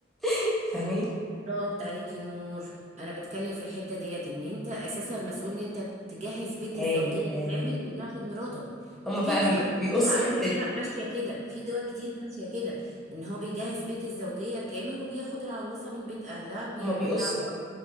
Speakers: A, in the centre; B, on the right.
A: <laughs> فاهماني
B: بالظبط عليكي نور انا بتكلم في الحتة ديت ان انت اساسا مسؤول ان انت تجهز بيت
A: ايوه
B: الزوجية كامل وتاخد مراتك
A: هما بقى
B: في دول
A: بي...
B: كتير
A: بيقصوا
B: على
A: الحتة
B: فكرة
A: دي
B: ماشية كده في دول كتير ماشية كده ان هو بيجهز بيت الزوجية كامل وبياخد العروسة من بيت اهلها بيعمل
A: هما بيقصوا
B: لها
A: بقى